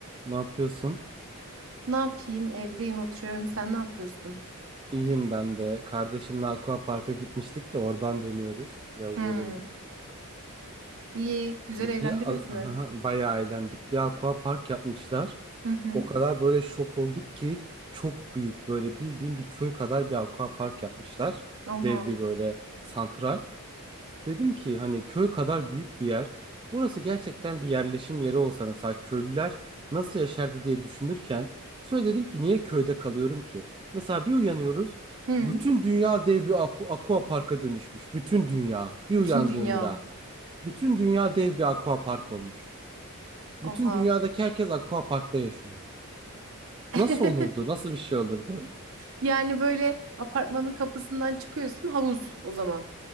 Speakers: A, on the right; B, on the right.
A: Ne yapıyorsun?
B: Ne yapayım? Evdeyim, oturuyorum. Sen ne yapıyorsun?
A: İyiyim ben de. Kardeşimle Aqua Park'a gitmiştik de oradan dönüyoruz. Biraz
B: Hı.
A: yorulduk.
B: İyi, güzel
A: Bir
B: eğlendiniz
A: a-
B: mi?
A: aha, bayağı eğlendik. Bir Aqua Park yapmışlar.
B: Hı hı.
A: O kadar böyle şok olduk ki çok büyük böyle bildiğim bir köy kadar bir Aqua Park yapmışlar.
B: Oha.
A: Dev bir böyle santral. Dedim ki hani köy kadar büyük bir yer. Burası gerçekten bir yerleşim yeri olsa mesela köylüler nasıl yaşardı diye düşünürken sonra dedim ki niye köyde kalıyorum ki? Mesela bir uyanıyoruz
B: Hı.
A: bütün dünya dev bir aku- aqua parka dönüşmüş. Bütün dünya bir
B: Bütün
A: uyandığında
B: dünya.
A: bütün dünya dev bir aqua park olmuş.
B: Oha.
A: Bütün dünyadaki herkes aqua parkta yaşıyor.
B: <laughs>
A: Nasıl olurdu? Nasıl bir şey olurdu?
B: Yani böyle apartmanın kapısından çıkıyorsun havuz o zaman.